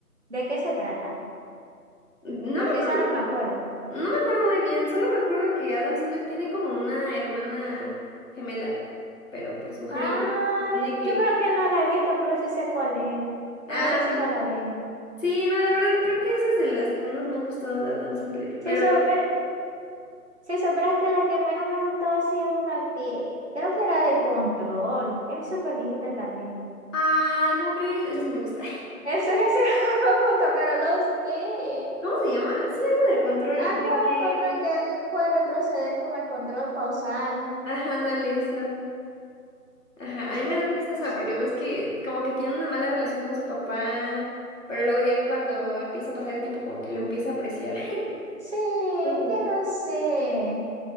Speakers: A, on the right (about 45°); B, on the left (about 55°).
A: ¿De qué se trata?
B: No
A: Porque
B: me, acu-
A: esa no me acuerdo.
B: no me acuerdo muy bien. Solo me acuerdo que Adam Sandler tiene como una hermana gemela. Pero pues mujer
A: Ah,
B: y... Supone que
A: yo creo que no la he visto, pero sí sé cuál es.
B: Ah,
A: Pero esa
B: no.
A: sí no la vi.
B: sí, no, la verdad, creo que esa es de las que menos me han gustado de Adam Sandler,
A: Sí,
B: pero...
A: super. sí, supera que la que menos me ha gustado así es una que creo que era de control. Es súper viejita también.
B: Ah, ¿cómo crees? Esa sí me gusta.
A: Eso era sí <laughs> me gusta, pero lo sé.
B: <laughs> ¿Cómo se llama? Sí, algo del control,
A: Algo
B: de que...
A: de control que él puede retroceder con el control, pausar.
B: Ajá, ándale, eso. Ajá, a
A: Sí,
B: mí me da tristeza
A: no sé.
B: porque ves que como que tiene una mala relación con su papá, pero luego ya cuando empieza a pasar el tiempo como que lo empieza a apreciar. <laughs>
A: Sí, es
B: No sé,
A: que no sé.